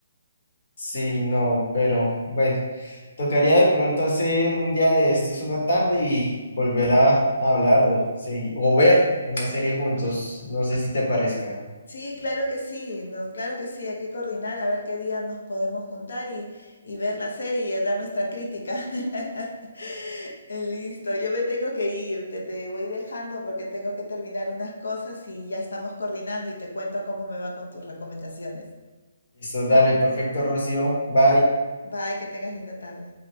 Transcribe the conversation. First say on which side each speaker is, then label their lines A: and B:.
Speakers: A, on the left; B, on the left.
A: Sí, no, pero bueno. Tocaría de pronto hacer un día de estos una tarde y volver a, a hablar o, segui- o ver una serie juntos. No sé si te parezca.
B: Sí, claro que sí, no, claro que sí, hay que coordinar a ver qué día nos podemos juntar y, y ver la serie y eh, dar nuestra crítica. <laughs> Listo, yo me tengo que ir, te, te voy dejando porque tengo que terminar unas cosas y ya estamos coordinando y te cuento cómo me va con tus recomendaciones.
A: Listo, dale, perfecto, Rocío. Bye.
B: Bye, que tengas linda tarde.